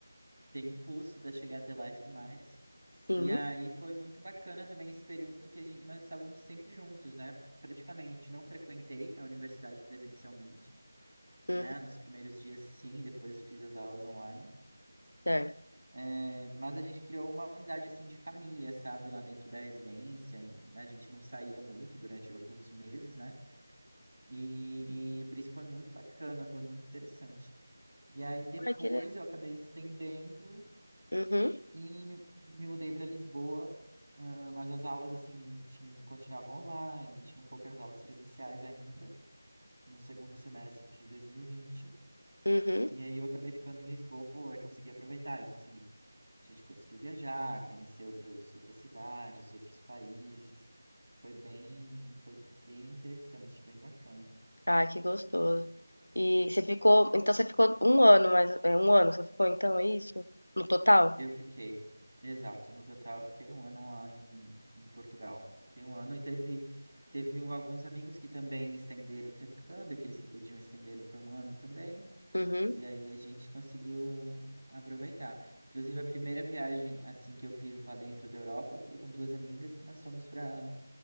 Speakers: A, on the right; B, on the left.
A: Tem um custo para chegar até lá e tudo mais.
B: Sim.
A: E aí foi muito bacana também esse período que a gente, nós estávamos sempre juntos, né? Praticamente não frequentei a universidade presencialmente
B: Uhum.
A: né? Nos primeiros dias, sim, e depois fiz as aulas online.
B: Certo.
A: É, mas a gente criou uma amizade, assim, de família, sabe? Lá dentro da residência. em- A gente não saía muito durante alguns meses, né? E por isso foi muito bacana, foi muito interessante. E aí depois
B: Ai, que legal.
A: eu acabei estendendo
B: Uhum.
A: e me, e me mudei para Lisboa. ah, mas as aulas, assim, tinham, continuavam online, tinham poucas aulas presenciais ainda, no segundo semestre de 2020.
B: Uhum.
A: E aí eu acabei ficando em Lisboa e consegui aproveitar e consegui. A gente conseguiu viajar, conhecer outros, outras cidades, outros países. Foi bem, foi bem interessante, bem bacana.
B: Ah, que gostoso. E você ficou, então você ficou um ano, mas é um ano você ficou, então é isso? No total?
A: Eu fiquei, exato, no total eu fiquei um ano lá em, em Portugal. Fiquei um ano e teve, teve alguns amigos que também estenderam o intercâmbio, aqueles que podiam estenderam para um ano também.
B: Uhum.
A: E aí a gente conseguiu aproveitar. Inclusive, a primeira viagem assim que eu fiz lá dentro da Europa foi com duas amigas que nós fomos para